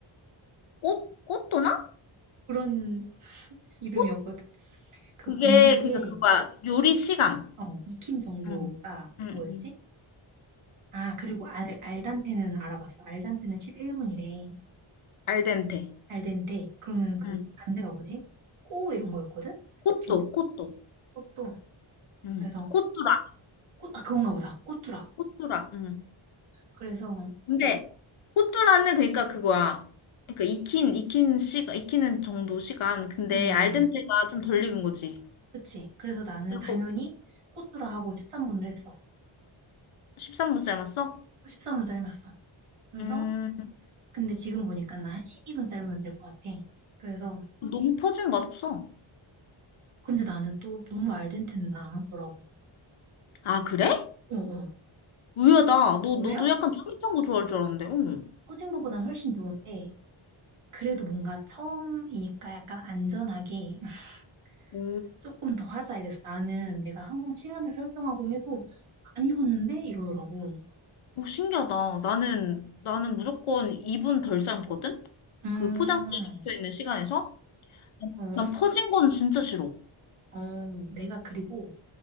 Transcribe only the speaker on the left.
꽃? 꽃도나?
꽃?
그게,
그니까 그거야. 요리 시간.
음, 음,
응
알덴테.
음.
코또,
코또.
음.
코뚜라,
코뚜라. 음.
근데 코뚜라는 그러니까 그거야. 그러니까 익힌 익힌 시간 익히는 정도 시간. 근데
알덴테가 좀 덜 익은 거지.
그거
13분 삶았어?
음,
너무 퍼진 맛없어.
아, 그래?
의외다. 너,
너도 약간 쫄깃한 거 좋아할 줄 알았는데. 응.
오,
오, 신기하다. 나는, 나는 무조건 이 분 덜 삶거든?
그 포장지에 적혀있는 시간에서?
난 퍼진 건 진짜 싫어.